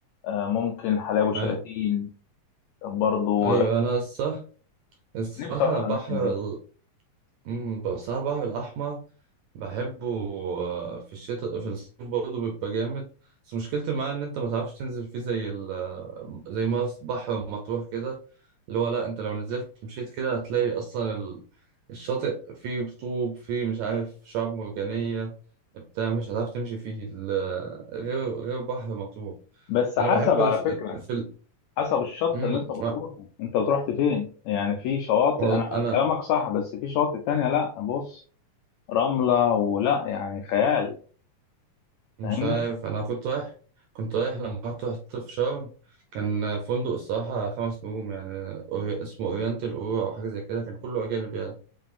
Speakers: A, on the left; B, on the right.
A: آه، ممكن حلاوي شلاتين
B: آه،
A: برضو
B: ايوه انا الصح الصح
A: نفسي أروح
B: البحر
A: الأماكن دي
B: ال- مم، الصح البحر الاحمر بحبه آه، في الشتاء في الصيف برضه بيبقى جامد بس مشكلتي معاه ان انت ما تعرفش تنزل فيه زي ال آه، زي ما بحر مطروح كده اللي هو لا انت لو نزلت مشيت كده هتلاقي اصلا ال- الشاطئ فيه طوب فيه مش عارف شعاب مرجانية بتاع مش هتعرف تمشي فيه ال- غير غير بحر مطروح
A: بس
B: انا
A: حسب
B: بحب الس-
A: على فكرة
B: في ال...
A: حسب الشط
B: مم،
A: اللي انت بتروحه
B: آه،
A: انت رحت فين يعني في شواطئ
B: والله
A: انا
B: انا
A: كلامك صح بس في شواطئ تانية لا بص رملة ولا يعني خيال
B: مش
A: فاهمني
B: عارف انا كنت رايح كنت رايح لما رحت رحت في شرم كان فندق الصراحة خمس نجوم يعني أوري- اسمه اورينتال اورو او حاجة زي كده كان كله اجانب يعني